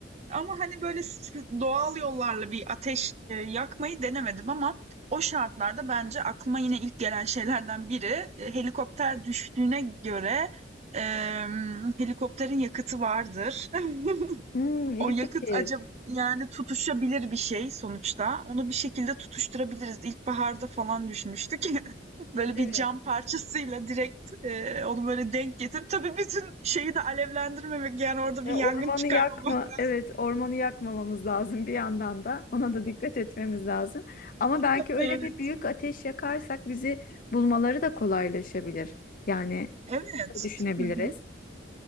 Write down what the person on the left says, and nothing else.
Hmm, iyi
fikir.
Evet.
Ya
Ormanı
yakma.
Evet, ormanı yakmamamız lazım bir yandan da. Ona da dikkat etmemiz lazım. Ama belki
öyle
bir büyük ateş yakarsak bizi bulmaları da kolaylaşabilir. Yani
bunu da düşünebiliriz.